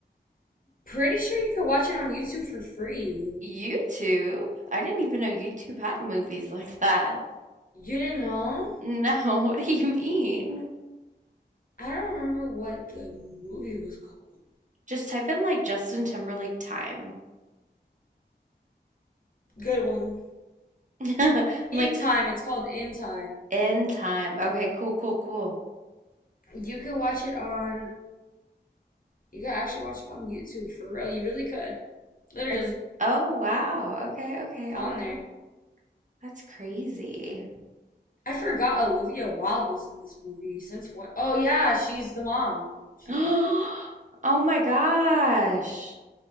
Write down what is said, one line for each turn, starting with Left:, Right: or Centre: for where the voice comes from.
Left: Pretty sure you could watch it on YouTube for free.
Right: YouTube? I didn't even know YouTube had movies like that.
Left: You didn't know?
Right: No, <laughs> what do you mean?
Left: I don't remember what the movie was called.
Right: Just type in like Justin Timberlake time.
Left: Good one.
Right: <laughs> I'm
Left: In
Right: Like
Left: Time.
Right: s-
Left: It's called In Time.
Right: in time. Okay, cool, cool, cool.
Left: You could watch it on. You could actually watch it on YouTube for real. You really could. Literally,
Right: It's oh wow. Okay, okay.
Left: it's
Right: I'll
Left: on
Right: look
Left: there.
Right: it up. That's crazy.
Left: I forgot Olivia Wilde was in this movie. Since what? Oh yeah, she's the mom. She's
Right: <gasps>
Left: the mom.
Right: Oh my gosh.